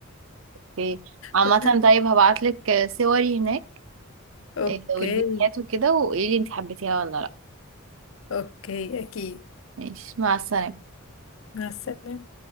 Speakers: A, on the right (about 70°); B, on the left (about 70°).
A: اوكي عامة
B: <laughs>
A: طيب هبعتلك صوري هناك
B: أوكي
A: إيه، والفيديوهات وكده وقولي لي انت حبيتيها ولا لا
B: أوكي أكيد
A: ماشي مع السلامة
B: مع السلامة